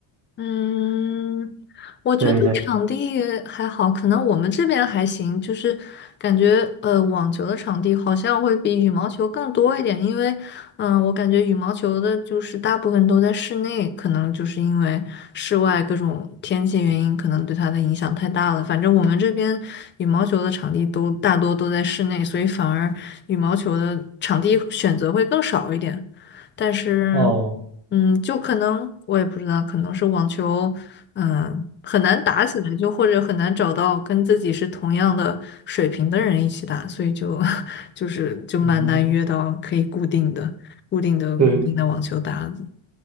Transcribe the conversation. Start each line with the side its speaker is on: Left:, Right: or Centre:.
Left: 嗯，我觉得场地还好，
Right: 对对，
Left: 可能我们这边还行，就是感觉呃，网球的场地好像会比羽毛球更多一点，因为嗯、呃我感觉羽毛球的就是大部分都在室内，可能就是因为室外各种天气原因，可能对它的影响太大了。反正我们这边羽毛球的场地都大多都在室内，所以反而羽毛球的场地选择会更少一点，但是。
Right: 哦，
Left: 嗯，就可能我也不知道，可能是网球，嗯，很难打起来，就或者很难找到跟自己是同样的水平的人一起打，所以就 <laughs> 就是就蛮难约到可以固定的、
Right: 嗯，
Left: 固定的、
Right: 对，
Left: 固定的网球搭子。